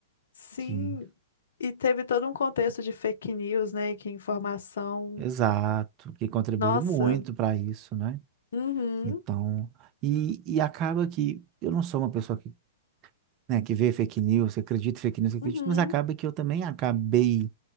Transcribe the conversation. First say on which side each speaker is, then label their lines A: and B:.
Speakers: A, on the left (about 60°); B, on the right (about 35°).
A: sim,
B: que,
A: e teve todo um contexto de fake news, né? Que informação.
B: exato, que contribuiu
A: Nossa,
B: muito para isso, né?
A: uhum,
B: Então, e, e acaba que eu não sou uma pessoa que, né, que vê fake news, que acredita em fake news, que acredita,
A: uhum,
B: mas acaba que eu também acabei